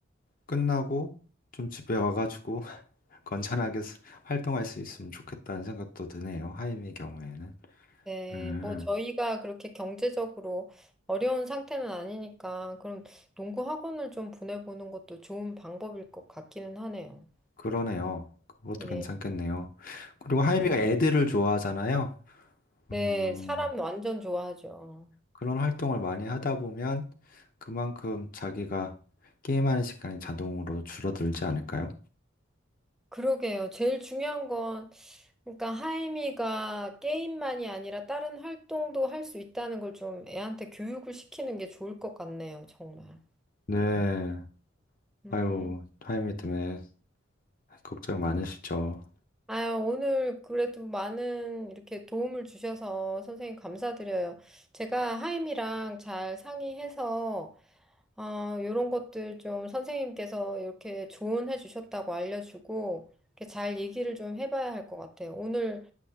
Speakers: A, on the left (about 45°); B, in the centre.
A: 끝나고 좀 집에 와가지고 <laughs> 건전하게 스- 활동할 수 있으면 좋겠다는 생각도 드네요. 하임의 경우에는.
B: 네,
A: 음,
B: 뭐 저희가 그렇게 경제적으로 어려운 상태는 아니니까 그럼 농구 학원을 좀 보내보는 것도 좋은 방법일 것 같기는 하네요.
A: 그러네요. 그것도
B: 예.
A: 괜찮겠네요. 그리고 하임이가 애들을 좋아하잖아요.
B: 네,
A: 음,
B: 사람 완전 좋아하죠.
A: 그런 활동을 많이 하다 보면 그만큼 자기가 게임하는 시간이 자동으로 줄어들지 않을까요?
B: 그러게요. 제일 중요한 건, 그러니까 하임이가 게임만이 아니라 다른 활동도 할 수 있다는 걸 좀 애한테 교육을 시키는 게 좋을 것 같네요, 정말.
A: 네.
B: 음,
A: 아유, 타이밍 때문에 걱정 많으시죠?
B: 아유, 오늘 그래도 많은 이렇게 도움을 주셔서 선생님 감사드려요. 제가 하임이랑 잘 상의해서, 어, 요런 것들 좀 선생님께서 이렇게 조언해 주셨다고 알려주고, 이렇게 잘 얘기를 좀 해봐야 할 것 같아요. 오늘